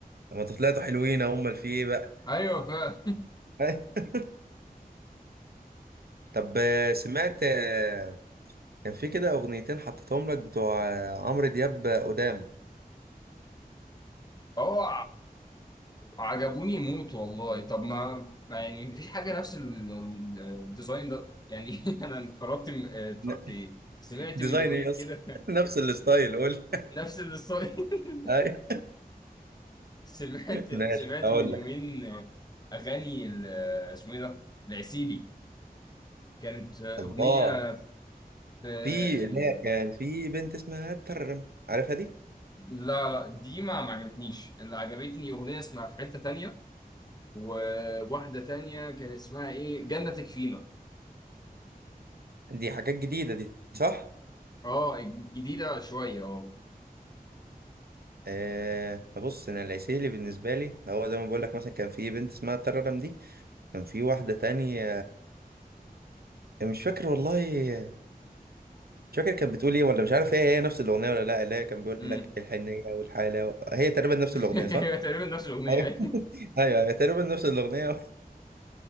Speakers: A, on the right (about 80°); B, on the left (about 25°).
A: طب ما انتوا طلعتوا حلوين هم اللي في ايه بقى
B: ايوه فاهم
A: <laughs> طب آه، سمعت آه، كان في كده اغنيتين حطيتهم لك بتوع آه، عمرو دياب آه، قدام
B: هو عجبوني موت والله طب ما, ما يعني مفيش حاجه نفس ال- ال- الديزاين ده يعني <laughs> انا اتفرجت م- آه، اتفرجت
A: ن-
B: ايه سمعت
A: ديزاين
B: من يومين
A: ايه اصلا
B: كده <laughs>
A: <laughs> نفس الستايل قول
B: نفس الستايل <laughs>
A: <laughs> أي.
B: سمعت
A: ماشي
B: سمعت
A: اقول
B: من يومين
A: لك
B: اغاني ال- اسمه ايه ده العسيلي كانت اغنيه
A: الله
B: في آه،
A: في لا كان في بنت اسمها ترم عارفها دي
B: لا لا دي ما ما عجبتنيش اللي عجبتني اغنيه اسمها في حته تانية وواحده تانية كان اسمها ايه جنة تكفينا
A: دي حاجات جديده دي صح
B: اه جديده شويه
A: أه بص انا العسيلي بالنسبه لي هو زي ما بقول لك مثلا كان في بنت اسمها ترم دي كان في واحده تانية آه، مش فاكر والله مش فاكر كانت بتقول ايه ولا مش عارف هي هي نفس الاغنيه ولا لا لا كان بيقول
B: اه
A: لك الحنيه والحاله هي تقريبا نفس الاغنيه
B: هي
A: صح؟
B: تقريبا نفس الاغنيه
A: ايوه
B: يعني
A: <laughs> ايوه أيوة، تقريبا نفس الاغنيه